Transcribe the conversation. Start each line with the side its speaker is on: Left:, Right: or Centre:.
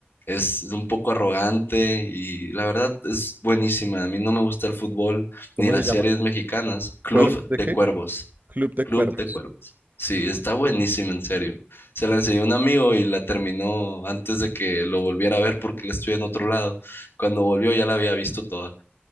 Left: es, es un poco arrogante y la verdad es buenísima. A mí no me gusta el fútbol
Right: ¿Cómo
Left: ni las
Right: se llama?
Left: series mexicanas. Club
Right: ¿Cuervos
Left: de
Right: de qué?
Left: Cuervos,
Right: Club de
Left: Club
Right: Cuervos.
Left: de Cuervos. Sí, está buenísima, en serio. Se la enseñó un amigo y la terminó antes de que lo volviera a ver porque él estuve en otro lado. Cuando volvió ya la había visto toda.